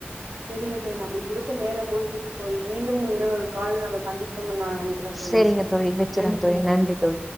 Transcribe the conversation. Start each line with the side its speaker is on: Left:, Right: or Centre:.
Right: செரிங்க தோழி நம்பளுக்கு குடுத்த நேரோ முடிஞ்சிச் தோழி மீண்டு இன்னொரு கால் நம்ம சந்திப்போம்னு நா நெனைக்கிற தோழி
Centre: செரிங்க தோழி வெக்கிறே தோழி நன்றி தோழி